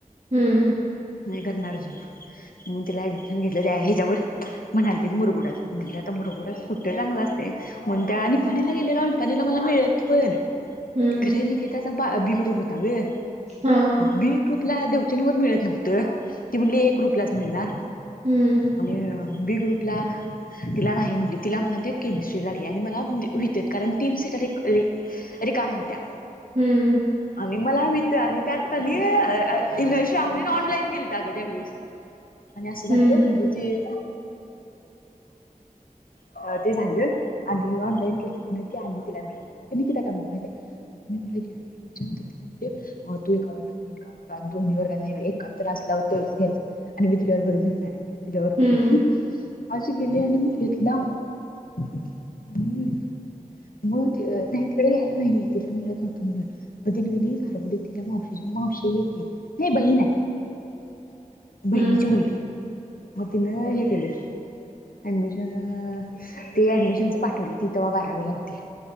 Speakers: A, on the right (about 50°); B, on the left (about 80°).
A: हम्म
B: नाही करणार अजून म त्याला ऍडमिशन घेतलं ते ह्याच्यावर. म्हणाली त मुरगुडात म्हटले आता मुरगुडा कुठं चांगला असते म्हणनु त्या आणि निपाणीला गेलेला आणि निपाणी - मला मिळत पण निकिताचा
A: हम्म
B: त्याचा बा बि ग्रुप होता गे
A: हा
B: बी ग्रुपला देवचंवरर मिळत नव्हतं ती म्हली ए ग्रुपलाच मिळणार.
A: हम्म
B: आणि बी ग्रुपला तिला नाही म्हटली तिला म्हणा केमिस्ट्रीला आणि मला होतील कारण तीन सिटा. री रिकाम होत्या.
A: हम्म
B: आणि मला वितआणि त्यात कणी इश्रावणीन ऑनलाईन केलं अगं त्यावेळेस आणि असं झालतं,,
A: हं,
B: आणि ती.
A: <unintelligible>
B: अऽऽते झालं,, आणि ऑनलाईन केलं त तिन ते आणि तिला मिळालं, निकिता काय म्ह माहितीय मी. ेडमशन तर आप मग तूअ एका वर्गात, मी एका वर्गात, दोन् वर्गात एकत्र असलाव तर. घ्यायच,, आणि मी तुच्या् बरोबरच घेणार आहे, म्हणजे तुच्याबरच
A: हं,
B: अजी गेले आणि मी घेतला,, आणि हो., अ. नाही तिकडे घ्यायला नाहीये तिला मिळत नव्हतं,, म्हणून म त की नै. गारगडी तिच्या मावशी मावशी घ की नाही हे बहीन हाय बहिणीची
A: हं,
B: मुलगी,,, मग तिनं हे केलंय. एडमिशन,, अ, ते ऍडमिशनच पाठवलं हूती तेवा बारावीला हुती.